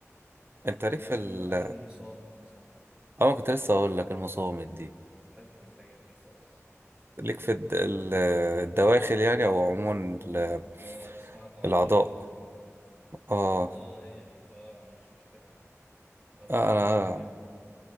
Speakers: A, on the right (about 15°); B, on the right (about 45°).
A: آه،
B: انت
A: الاكل
B: ليك في ال
A: اكل المصامت مثلا
B: اه أنا كنت لسه اقول لك المصامت دي
A: وبحب الحاجات دي خالص
B: ليك في الد... ال- الدواخل يعني او عموما ال-
A: اه اسمها تعاطيع
B: الاعضاء اه
A: اه هي دي اه ما عنديش مشكلة معاها افضلها
B: انا
A: كمان